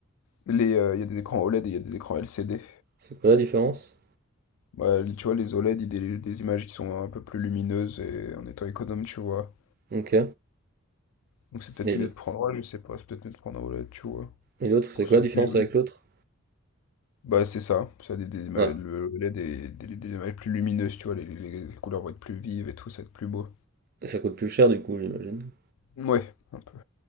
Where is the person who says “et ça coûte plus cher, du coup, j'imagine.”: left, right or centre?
Right